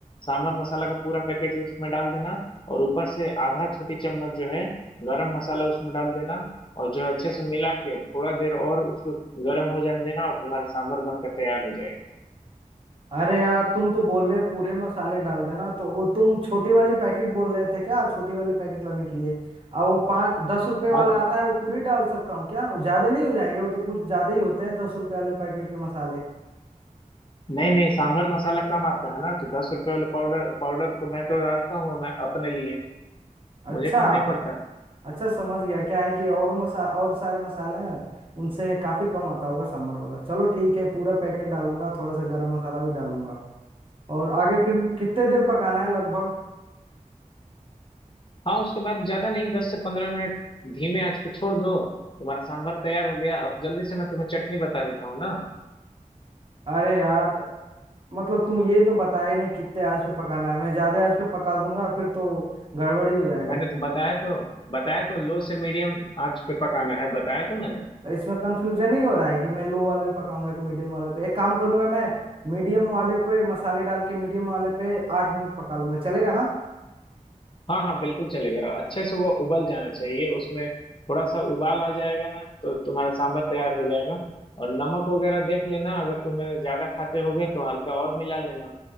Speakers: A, on the left; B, on the right.
A: सांभर मसाला का पूरा पैकेट उसमें डाल देना और ऊपर से आधा छोटी चम्मच जो है गरम मसाला उसमें डाल देना और जो है अच्छे से मिला के थोड़ा देर और उसको गर्म हो जाने देना और तुम्हारा सांभर बनकर तैयार हो जाएगा
B: अरे यार तुम तो बोल रहे पूरे मसाले डाल देना तो वो तुम छोटी वाली पैकेट बोल रहे थे क्या छोटी वाली पैकेट लाने के लिए और वो पाँच दस रुपए वाला
A: हाँ
B: आता है वो पूरी डाल सकता हूँ क्या वो ज्यादा नहीं हो जाएंगे वो तो कुछ ज्यादा ही होते हैं दस रुपए वाले पैकेट के मसाले
A: नहीं नहीं सांभर मसाला कम आता है ना तो दस रुपए वाला पाउडर पाउडर तो मैं तो डालता हूँ मैं अपने लिए
B: अच्छा
A: मुझे कम नहीं पड़ता
B: अच्छा समझ गया क्या है कि और वो मसा और सारे मसाले हैं उनसे काफी कम आता होगा सांभर वाला चलो ठीक है पूरा पैकेट डालूंगा थोड़ा सा गरम मसाला भी डालूंगा और आगे फिर कितने देर पकाना है लगभग
A: हाँ उसके बाद ज्यादा नहीं दस से पंद्रह मिनट धीमे आंच पे छोड़ दो तुम्हारा सांभर तैयार हो गया अब जल्दी से मैं तुम्हें चटनी बता देता हूँ ना
B: अरे यार मतलब तुम ये तो बताया ही नहीं कितने आंच पे पकाना है मैं ज्यादा आंच पे पका दूंगा फिर तो गड़बड़ी हो जाएगा
A: मैंने तो बताया तो बताया तो लो से मीडियम आंच पे पकाना है बताया तो मैंने
B: इसमें कंफ्यूजन नहीं हो रहा है कि मैं लो वाले पे पकाऊंगा कि मीडियम वाले पे एक काम करूंगा मैं मीडियम वाले पे मसाले डाल के मीडियम वाले पे आठ मिनट पका लूंगा चलेगा ना
A: हाँ हाँ बिल्कुल चलेगा अच्छे से वो उबल जाना चाहिए उसमें थोड़ा सा उबाल आ जाएगा ना तो तुम्हारा सांभर तैयार हो जाएगा और नमक वगैरह देख लेना अगर तुम्हें ज्यादा खाते होगे तो हल्का और मिला लेना